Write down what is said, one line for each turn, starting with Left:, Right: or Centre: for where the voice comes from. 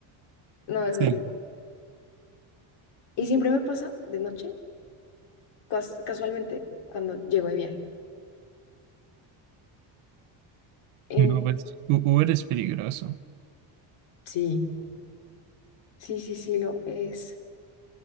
Left: No, es
Right: sí.
Left: horrible. Y siempre me pasa de noche, cas- casualmente, cuando llego de viaje. en
Right: No, pues U- Uber es peligroso.
Left: sí, sí, sí, sí lo es.